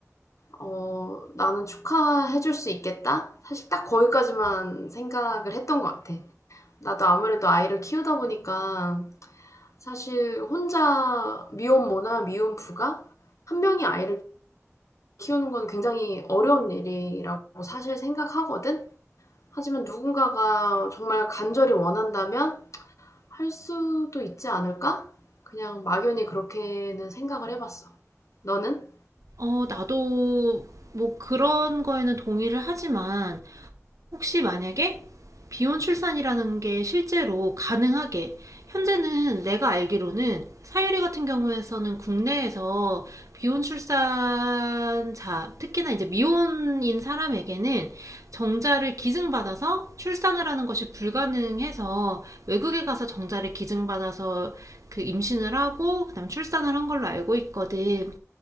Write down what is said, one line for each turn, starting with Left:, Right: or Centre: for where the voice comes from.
Left: 어, 나는 축하해줄 수 있겠다? 사실 딱 거기까지만 생각을 했던 것 같아. 나도 아무래도 아이를 키우다 보니까 사실 혼자 미혼모나 미혼부가 한 명이 아이를 키우는 건 굉장히 어려운 일이라고 사실 생각하거든? 하지만 누군가가 정말 간절히 원한다면 할 수도 있지 않을까? 그냥 막연히 그렇게는 생각을 해봤어. 너는?
Right: 어, 나도 뭐 그런 거에는 동의를 하지만, 혹시 만약에 비혼 출산이라는 게 실제로 가능하게 현재는 내가 알기로는 사유리 같은 경우에서는 국내에서 비혼 출산자 특히나 이제 미혼인 사람에게는 정자를 기증받아서 출산을 하는 것이 불가능해서 외국에 가서 정자를 기증받아서 그 임신을 하고 그다음 출산을 한 걸로 알고 있거든.